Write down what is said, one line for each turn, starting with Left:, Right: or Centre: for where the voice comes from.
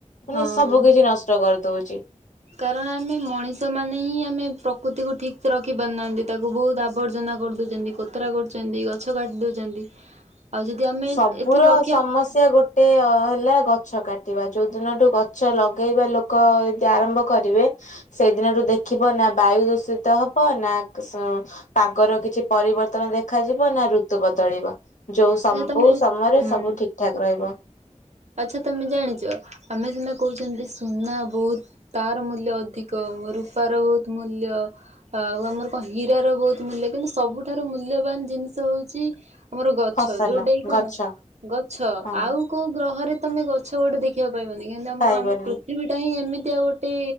Left: ମାନେ
Right: ହଁ
Left: ସବୁ କିଛି ନଷ୍ଟ କରିଦଉଛି।
Right: କାରଣ ଆମେ ମଣିଷ ମାନେ ହିଁ ଆମେ ପ୍ରକୃତିକୁ ଠିକ୍ ରଖି ପାରୁନାହାନ୍ତି ତାକୁ ବହୁତ ଆବର୍ଜନା କରିଦଉ ଛନ୍ତି କୋତରା କରୁଛନ୍ତି ଗଛ କାଟି ଦଉଛନ୍ତି। ଆଉ ଯଦି ଆମେ
Left: ସବୁର
Right: ଏଥିରୁ ରଖିବା
Left: ସମସ୍ୟା ଗୋ ଗୋଟେ ହେଲା ଗଛ କାଟିବା ଯୋଉ ଦିନଠୁ ଗଛ ଲଗେଇବା ଲୋକ ଯଦି ଆରମ୍ଭ କରିବେ ସେଦିନଠୁ ଦେଖିବ ନା ବାୟୁ ଦୂଷିତ ହବ ନା ପାଗର କିଛି ପରିବର୍ତ୍ତନ ଦେଖାଯିବ ନା ଋତୁ ବଦଳିବ। ଯୋଉ ସବୁ
Right: ତମେ
Left: ସମୟରେ
Right: ହୁଁ
Left: ସବୁ ଠିକ୍ ଠାକ୍ ରହିବ।
Right: ଆଚ୍ଛା ତମେ ଜାଣିଛ ଆମେ ସିନା କହୁଛନ୍ତି ସୁନା ବହୁତ ତାର ମୂଲ୍ୟ ଅଧିକ ରୂପାର ବହୁତ ମୂଲ୍ୟ। ଆଉ ଆମର କଣ ହୀରା ର ବହୁତ ମୂଲ୍ୟ କିନ୍ତୁ ସବୁଠାରୁ ମୂଲ୍ୟବାନ ଜିନିଷ ହୋଉଛି ଆମର ଗ ଗଛ
Left: ଫସଲ
Right: ଯୋଉଟାକି କଣ
Left: ଗଛ
Right: ଗଛ
Left: ହଁ
Right: ଆଉ କୋଉ ଗ୍ରହରେ ତମେ ଗଛ ଗୋଟେ ଦେଖକୁ ପାଇବନି କିନ୍ତୁ ଆମ
Left: ପାଇବନି
Right: ଆମ ପୃ ପୃଥିବୀଟା ହିଁ ଏମିତିଆଉ ଗୋଟେ